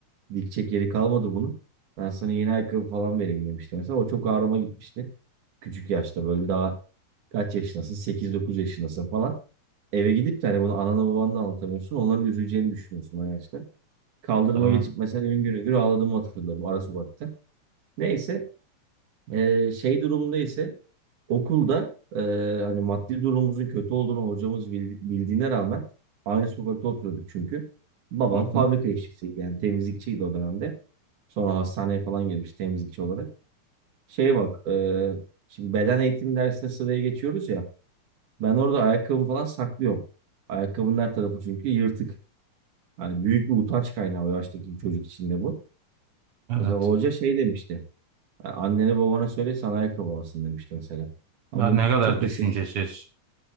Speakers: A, on the right; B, on the right.
A: Dikecek yeri kalmadı bunun. Ben sana yeni ayakkabı falan vereyim demişti mesela. O çok ağrıma gitmişti. Küçük yaşta böyle daha kaç yaşındasın? 8-9 yaşındasın falan. Eve gidip de hani bunu anana babanla anlatamıyorsun. Onların üzüleceğini düşünüyorsun o yaşta. Kaldırıma
B: tabii.
A: geçip mesela üngür üngür ağladığımı hatırlarım ara sokakta. Neyse eee, şey durumunda ise Okulda e, hani maddi durumumuzun kötü olduğunu hocamız bildi- bildiğine rağmen aynı sokakta oturuyorduk çünkü. Babam
B: Hı
A: fabrika
B: hı,
A: işçisiydi yani temizlikçiydi o dönemde. Sonra hastaneye falan girmiş temizlikçi olarak. şey bak e, şimdi beden eğitim dersine sıraya geçiyoruz ya. Ben orada ayakkabımı falan saklıyorum. Ayakkabının her tarafı çünkü yırtık. Hani büyük bir utanç kaynağı o yaştaki çocuk için de bu.
B: evet.
A: Mesela hoca şey demişti. "Ya Annene babana söyle sana ayakkabı alsın demişti mesela. Ama
B: Ha,
A: bunu
B: ne kadar
A: çok
B: düşüncesiz.
A: da seksi